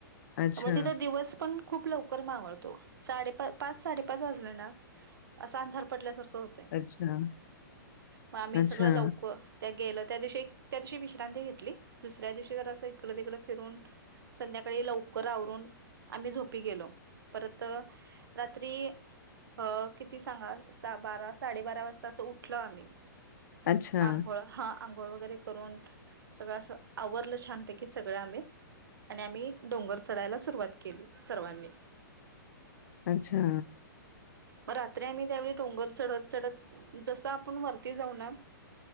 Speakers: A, on the left; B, on the right.
A: अच्छा,
B: म तिथं दिवस पण खूप लवकर मावळतो साडे पाच पाच साडे पाच वाजले ना अस अंधार पडल्यासार होतय
A: अच्छा,
B: म आम्ही
A: अच्छा,
B: सगळं लवक त्या गेलं त्या दिवशी एक त्या दिवशी विश्रांती घेतली दुसऱ्या दिवशी जर असं इकडं तिकडं फिरून संध्याकाळी लवकर आवरून आम्ही झोपी गेलो परत रात्री अ किती सांगा बारा साडेबारा वाजता असं उठलं आम्ही
A: अच्छा,
B: म आंघोळ हा आंघोळ वगैरे करून सगळं अस आवरलं छानपैकी सगळे आम्ही आणि आम्ही डोंगर चढायला सुरुवात केली सर्वांनी
A: अच्छा
B: मग रात्री आम्ही त्यावेळी डोंगर चढत, चढत जसं आपण वरती जाऊ ना